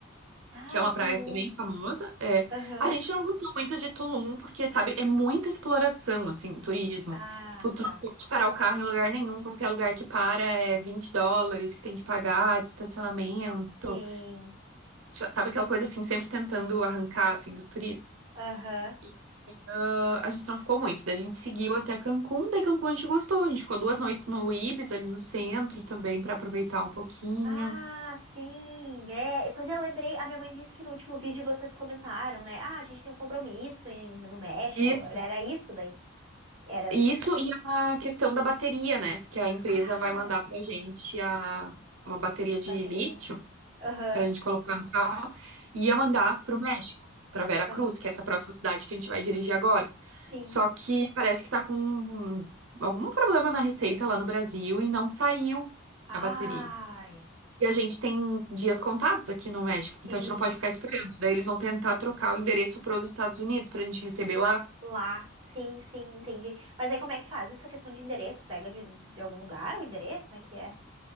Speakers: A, on the right (about 25°); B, on the right (about 80°).
A: Ai,
B: que é uma praia
A: Tulum.
B: também famosa. É,
A: Aham,
B: a gente não gostou muito de Tulum, porque, sabe, é muita exploração, assim, turismo.
A: Ah,
B: Tipo, tu
A: tá.
B: não pode parar o carro em lugar nenhum, qualquer lugar que para é 20 dólares que tem que pagar de estacionamento. Então,
A: Sim.
B: Sabe aquela coisa assim, sempre tentando arrancar, assim, do turismo?
A: aham.
B: E, ah, a gente não ficou muito, daí a gente seguiu até Cancún, daí Cancún a gente gostou, a gente ficou duas noites no Ibis, ali no centro também, para aproveitar um pouquinho.
A: Ah, sim. É, pois eu lembrei, a minha mãe disse que no último vídeo vocês comentaram, né? Ah, a gente tem um compromisso em- no México.
B: Isso.
A: Era, era isso daí? Era.
B: Isso e a questão da bateria, né? Porque a empresa
A: Ah,
B: vai mandar pra gente a, uma bateria de
A: bateria.
B: lítio
A: Aham,
B: pra gente colocar no carro e ia mandar pro México, pra Veracruz,
A: aham.
B: que é essa próxima cidade que a gente vai dirigir agora.
A: Sim.
B: Só que parece que tá com algum problema na receita lá no Brasil e não saiu
A: Ai,
B: a bateria. E a gente tem dias contados aqui no México,
A: sim.
B: então a gente não pode ficar esperando. Daí eles vão tentar trocar o endereço para os Estados Unidos para a gente receber lá.
A: Lá, sim, sim, entendi. Mas aí como é que faz essa questão de endereço? Pega de, de algum lugar o endereço? Como é que é?